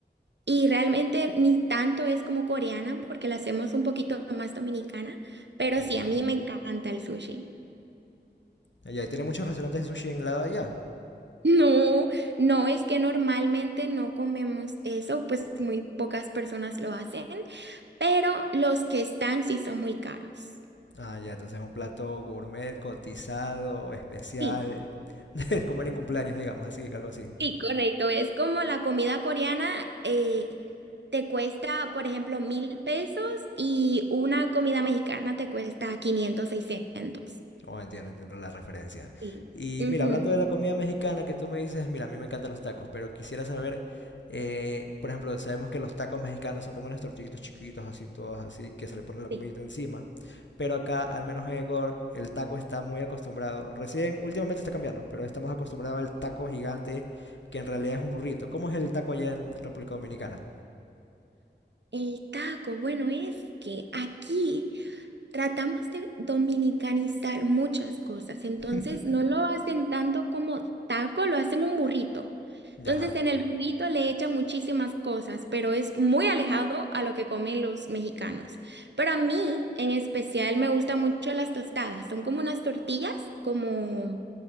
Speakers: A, on the right; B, on the left.
A: Y realmente ni tanto es como coreana porque la hacemos un poquito más dominicana, pero
B: Entiendo.
A: sí, a mí me encanta el sushi. <laughs>
B: Allá y tiene muchos restaurantes de sushi en el lado de allá.
A: No, no es que normalmente no comemos eso, pues muy pocas personas lo hacen, pero los que están sí son muy caros.
B: Ah, ya, entonces es un plato gourmet, cotizado, especial,
A: Sí,
B: <laughs> de comer en cumpleaños, digamos, así, algo así.
A: sí, correcto. Es como la comida coreana eh, te cuesta, por ejemplo, mil pesos y una comida mexicana te cuesta 500, 600.
B: Oh, entiendo, entiendo la referencia.
A: Sí,
B: Y
A: Ujú.
B: mira, hablando de la comida mexicana que tú me dices, mira, a mí me encantan los tacos, pero quisiera saber, eh, por ejemplo, sabemos que los tacos mexicanos son como unos tortillitos chiquitos, así, todos así, que se le pone la
A: sí.
B: comidita encima, pero acá, al menos en Ecuador, el taco está muy acostumbrado. Recién, últimamente está cambiando, pero estamos acostumbrados al taco gigante, que en realidad es un burrito. ¿Cómo es el taco allá en República Dominicana?
A: El taco, bueno, es que aquí tratamos de dominicanizar muchas cosas, entonces
B: <laughs>
A: no lo hacen tanto como taco, lo hacen un burrito.
B: Ya,
A: Entonces
B: Ajá.
A: en el burrito le echan muchísimas cosas, pero es muy alejado a lo que comen los mexicanos. Pero a mí en especial me gustan mucho las tostadas, son como unas tortillas, como